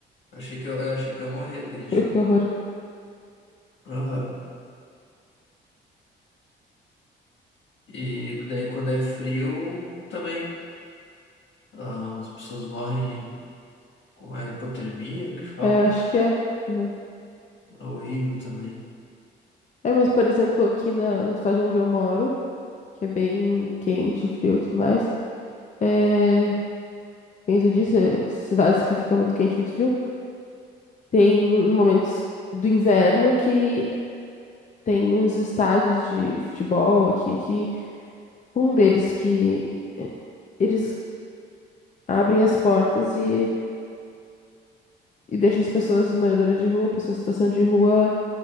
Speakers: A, on the left; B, on the left.
A: Eu achei que eu, eu achei que eu ia morrer aquele dia.
B: <laughs> Que horror.
A: Aham. E daí quando é frio, também. Ah, as pessoas morrem com a hipotermia, que falam.
B: É, acho que é. Aham.
A: É horrível também.
B: É, mas, por exemplo, aqui na, na cidade onde eu moro, que é bem quente, frio e tudo mais, é, Isso disse, eh, cidades que fica muito quente, muito frio. Tem momentos do inverno que tem uns estádios de futebol aqui que um deles que eh, eles abrem as portas e, e deixam as pessoas, os moradores de rua, pessoas em situação de rua,